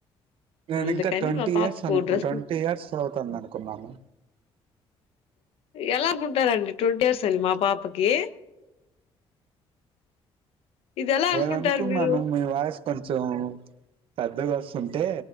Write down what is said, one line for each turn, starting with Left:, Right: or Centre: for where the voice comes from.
Right: నేను
Left: అందుకని
Right: ఇంకా ట్వంటీ
Left: మా పాపకు
Right: ఇయర్స్ అనుకు
Left: డ్రెస్
Right: ట్వంటీ ఇయర్స్ అవుతోంది అనుకున్ కున్నాను
Left: ఎలా అనుకుంటారండి ట్వంటీ ఇయర్స్ అని మా పాపకి ఇది ఎలా
Right: నేను
Left: అనుకుంటారు
Right: అనుకున్నాను
Left: మీరు
Right: మీ వాయసు కొంచెం పెద్దగొస్తున్ అంటే